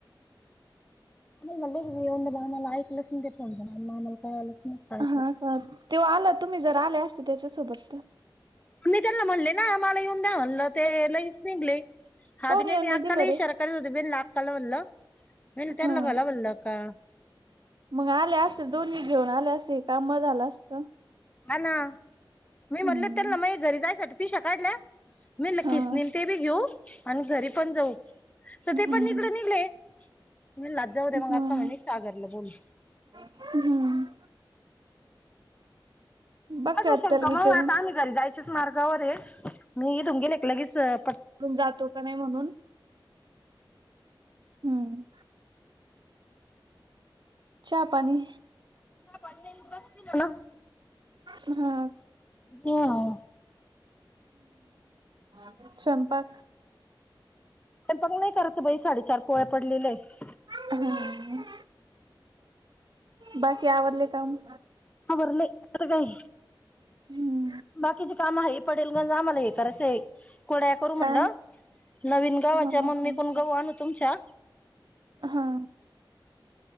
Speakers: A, on the left (about 15°); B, on the right (about 60°).
A: माम मध्ये माला एकक लसण तेपणत मामल काय आलंच नाही. काय
B: हा
A: ते
B: तेव्हा आला तुम्ही जर आले असते त्याच्यासोबत तर.
A: मी त्यांना म्हणले ना आम्हाला येऊन द्या, म्हणलं ते लईच पेंगले, हा
B: काऊन
A: बी
B: येऊन
A: नाही अक्काला
B: दिलं रे
A: इशारऽ त होते, बेन लाकाला बोलल, बे त्यांना
B: हा
A: भला बोललं का.
B: मग आले असते दोन्ही घेऊन आले असते, काम म झालं असतं.
A: हा ना, मी म्हणलो
B: हम्म
A: त्या मग घरी जायसाठी पिशव्या काडल्या. मी लकीच
B: हा
A: नम ते बी घेऊ, आणि घरी पण जाऊ. तर ते
B: हा
A: पण ईकड निघले, निलात जाऊ दे
B: हा
A: मग अक्का म्हणे सागरला बोलवू.
B: हम्म. बघते
A: हट
B: आत्याला
A: शंका
B: विचारून
A: मझ आता आम्ही. घरी जायच्याच मार्गावर आहे, मी ईथुन गेले की लगेचऽ
B: तो जातो का नाही म्हणून,, हम्म. च्या पाणी.
A: हॅलो.
B: हा
A: मियाव
B: ह स्वयंपाक.
A: हे पणनाही करत बाई साडेचार पोळ्या पडलेले आहेत.
B: हम्म्म, बाकी आवरले कामं.
A: आवरले, आता काय.
B: हम्म...
A: बाकीचे काम हे पडेल ग, आमला हे करायचं आहे. कुरड्या करू म्हणलं,
B: काय
A: नवीन गव्हाच्या,
B: हा हा
A: मम्मी कडुन गहु आणू तुमच्या.
B: हा...